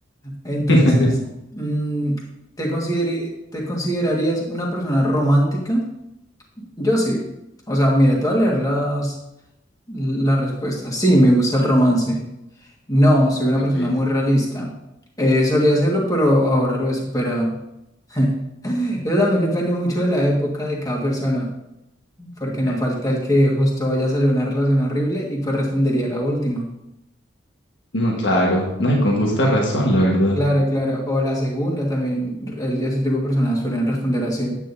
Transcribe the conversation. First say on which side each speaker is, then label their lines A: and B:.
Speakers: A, on the left (about 20°); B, on the left (about 65°).
A: Entonces,
B: <laughs>
A: mm, ¿te consideri- te considerarías una persona romántica? Yo sí. O sea, mira, te voy a leer las, las respuestas. Sí, me gusta el romance. No, soy una
B: Ok.
A: persona
B: Eh,
A: muy realista. Eh, solía hacerlo, pero ahora lo he superado. <laughs> Eso también depende mucho de la época de cada persona, porque no
B: eh,
A: falta el que justo vaya a salir una relación horrible y pues respondería la última.
B: No, claro. No, y con justa razón, la verdad.
A: Claro, claro. O la segunda también, r- el, ese tipo de personas suelen responder así.